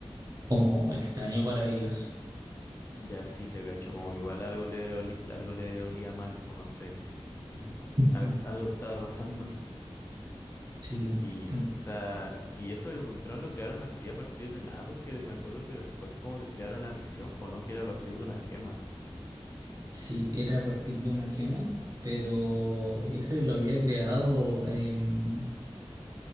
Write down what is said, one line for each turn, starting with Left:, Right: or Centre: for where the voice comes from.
Right: como extraño para ellos.
Left: Ya sí te cacho, como que igual algo le oli- algo le olía mal, pues no sé. Ujú.
Right: Ujú.
Left: Algo, algo estaba pasando.
Right: Sí,
Left: Y,
Right: en-
Left: o sea, y eso el Ultron lo crearon así a partir de nada, porque me acuerdo que después como que crearon a Visión, pues no, que era a partir de una gema.
Right: sí, era a partir de una gema, pero ese lo había creado, em,